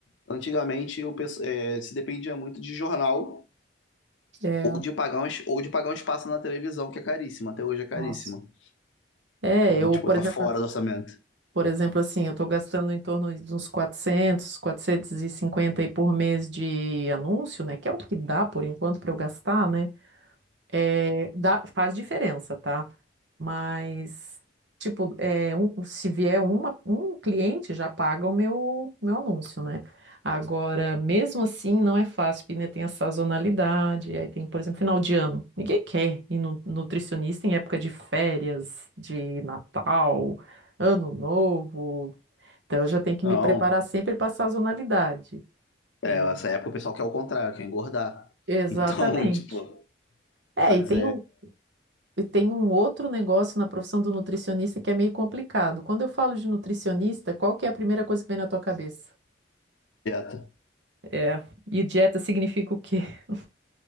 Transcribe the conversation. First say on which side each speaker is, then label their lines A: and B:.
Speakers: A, on the left; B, on the right.
A: antigamente o, pesso- é, se dependia muito de jornal
B: é,
A: ou de pagar um, es- ou de pagar um espaço na televisão, que é caríssimo, até hoje é caríssimo.
B: Nossa. é,
A: Então,
B: eu,
A: tipo,
B: por
A: tá
B: exemplo,
A: fora do orçamento.
B: por exemplo, assim, eu estou gastando em torno de uns quatrocentos, quatrocentos e cinquenta aí por mês de anúncio, né? Que é o que dá por enquanto para eu gastar, né? É, dá- faz diferença, tá? Mas, tipo, é, um- se vier uma- um cliente, já paga o meu, meu anúncio, né? Agora, mesmo assim, não é fácil, porque ainda tem a sazonalidade, aí tem, por exemplo, final de ano. Ninguém quer ir no nutricionista em época de férias, de Natal, Ano Novo. Então, eu já tenho que
A: Não,
B: me preparar sempre para a sazonalidade.
A: é,
B: E-
A: essa época o pessoal quer o contrário, quer engordar.
B: exatamente.
A: Então, <laughs> tipo,
B: É,
A: mas
B: e tem um E tem um outro negócio na profissão do nutricionista que é meio complicado. Quando eu falo de nutricionista, qual que é a primeira coisa que vem na tua cabeça?
A: Dieta,
B: É, e dieta significa o quê? <laughs>